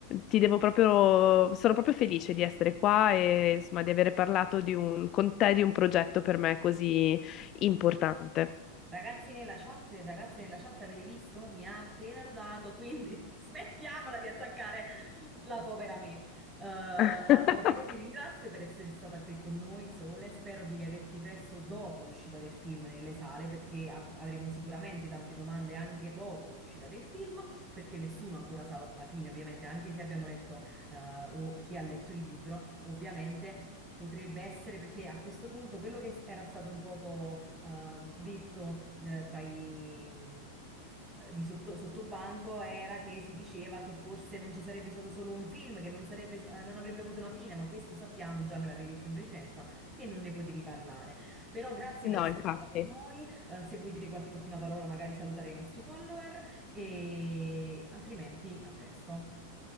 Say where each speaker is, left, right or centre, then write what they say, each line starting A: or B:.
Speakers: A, on the left; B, on the right.
A: ti devo proprio, sono proprio felice di essere qua e insomma di aver parlato di un, con te di un progetto per me così importante.
B: Ragazzi nella chat e ragazze nella chat, avete visto? Mi ha appena lodato, quindi <laughs> smettiamola di attaccare la povera me. Eh, allora,
A: <laughs>
B: io ti ringrazio per essere stata qui con noi, Sole. Spero di riaverti presto dopo l'uscita del film nelle sale, perché ab- avremo sicuramente tante domande anche dopo l'uscita del film, perché nessuno ancora sa la fine, ovviamente, anche se abbiamo letto, eh, o chi ha letto il libro, ovviamente. Potrebbe essere perché a questo punto quello che era stato un poco ehm, detto eh, tra i, mh, eh, di sotto, sottobanco era che si diceva che forse non ci sarebbe stato solo un film, che non sarebbe, eh, non avrebbe avuto una fine, ma questo sappiamo, già me l'avevi detto in precedenza, che non ne potevi parlare. Però grazie
A: No,
B: per essere
A: infatti.
B: stata con noi, eh, se vuoi dire qualche ultima parola, magari salutare i nostri follower e altrimenti a presto.